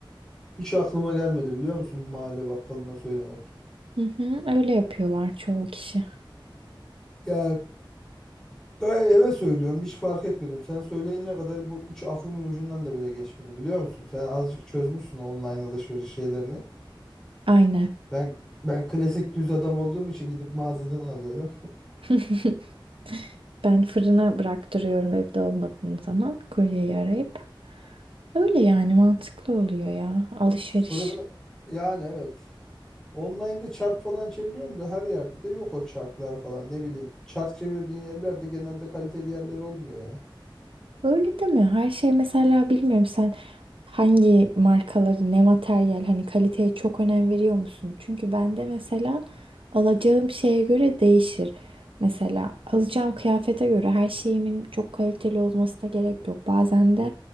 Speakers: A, in the centre; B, on the right.
A: Hiç aklıma gelmedi biliyor musun mahalle bakkalına söylemek.
B: Hı hı, öyle yapıyorlar çoğu kişi.
A: Ya ben eve söylüyorum hiç fark etmedim. Sen söyleyene kadar bu hiç aklımın ucundan da bile geçmedi biliyor musun? Sen azıcık çözmüşsün online alışveriş şeylerini.
B: Aynen.
A: Ben ben klasik düz adam olduğum için gidip mağazadan alıyorum.
B: <laughs> Ben fırına bıraktırıyorum evde olmadığım zaman kuryeyi arayıp. Öyle yani mantıklı oluyor ya alışveriş.
A: Fırın yani evet. Online'da çark falan çeviriyorum da her yerde de yok o çarklar falan ne bileyim. Çark çevirdiğin yerlerde genelde kaliteli yerler olmuyor ya.
B: Öyle değil mi? Her şey mesela bilmiyorum sen hangi markaları ne materyal hani kaliteye çok önem veriyor musun? Çünkü bende mesela alacağım şeye göre değişir. Mesela alacağım kıyafete göre her şeyimin çok kaliteli olmasına gerek yok. Bazen de